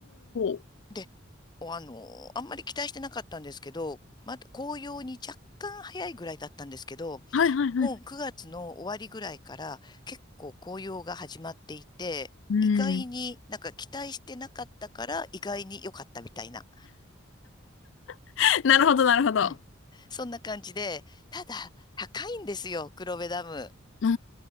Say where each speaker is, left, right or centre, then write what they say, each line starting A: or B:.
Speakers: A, on the left (about 65°); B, on the left (about 20°).
A: ー。
B: で、おあの、あんまり期待してなかったんですけど、まだ紅葉に若干早いぐらいだったんですけど、
A: はい、はい、はい。
B: もう9月の終わりぐらいから結構紅葉が始まっていて、
A: うん。
B: 意外になんか期待してなかったから意外に良かったみたいな。
A: <laughs> なるほど、なるほど。
B: うん。そんな感じで、ただ高いんですよ、黒部ダム。
A: うー